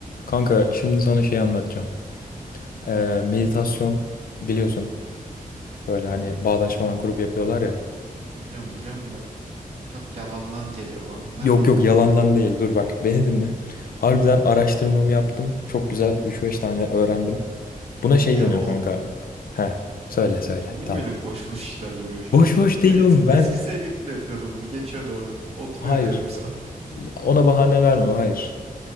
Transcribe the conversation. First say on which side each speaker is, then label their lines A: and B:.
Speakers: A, on the left; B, on the right.
A: Kanka şimdi sana şey anlatacağım. Ee, meditasyon biliyorsun. Böyle hani bağdaş falan kurup yapıyorlar ya.
B: Biliyorum biliyorum da çok yalandan geliyor bana onlar
A: Yok
B: da.
A: yok yalandan değil dur bak beni dinle. Harbiden araştırmamı yaptım. Çok güzel üç beş tane öğrendim. Buna şey
B: Ya
A: deniyor
B: oğlum
A: kanka. Heh söyle söyle
B: niye
A: tamam.
B: böyle boş boş işlerle uğraşıyorsun
A: Boş
B: ya?
A: boş değil
B: Bunu es-
A: oğlum ben.
B: eski sevgilim de yapıyordu bunu. Geçiyordu orada. Oturuyordu
A: Hayır
B: yarım saat.
A: ona bahane verme hayır.